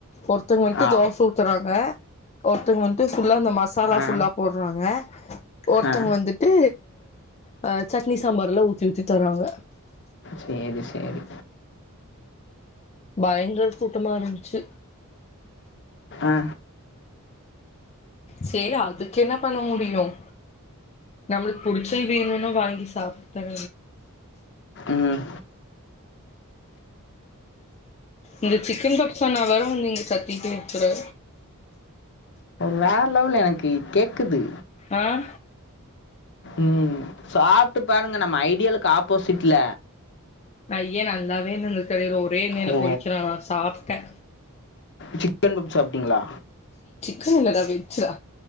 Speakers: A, on the left; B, on the left.
A: ஒருத்தங்க வந்துட்டு
B: ஆ
A: தோசை ஊத்துறாங்க ஒருத்தங்க வந்துட்டு ஃபுல்லா இந்த மசாலா
B: ஆ
A: ஃபுல்லா போடுறாங்க ஒருத்தங்க
B: ஆ
A: வந்துட்டு அஹ சட் இட்லி சாம்பார் எல்லா ஊத்தி ஊத்தி தராங்க
B: சரி சரி
A: பயங்கர கூட்டமா இருந்துச்சு
B: ஆ
A: சேரி அதுக்கு என்ன பண்ண முடியும் நம்மக்கு புடிச்சது வேணும்னா வாங்கி சாப்ப தற
B: ம்
A: இங்க சிக்கன் பப்ஸான வேற இங்க கத்திடே இருக்காரு
B: வேற லெவல் எனக்கு கேட்குது
A: ஆஹ
B: ம் சாப்ட்டு பாருங்க நம்ம ஐடியலுக்கு ஆப்போசிட்ல
A: ஐயே நல்லாவே இல்ல <unintelligible> அதே எண்ணைல
B: ஓ
A: பொரிக்கிறாங்களா சாப் க
B: சிக்கன் பப்ஸ் சாப்ட்டீங்களா
A: க்குனு இல்லடா அப்டி இந்த்ச்சுடா